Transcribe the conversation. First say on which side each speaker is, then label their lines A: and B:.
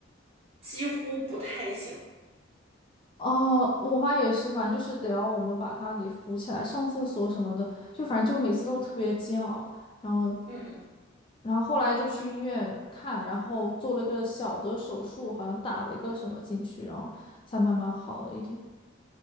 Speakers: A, on the right; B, on the left.
A: 几乎不太行。
B: 哦，我妈也是，反正就是得要我们把她给扶起来，上厕所什么的，就反正就每次都特别煎熬。然后，
A: 嗯。
B: 然后后来就去医院看，然后做了个小的手术，好像打了一个什么进去，然后才慢慢好了一点。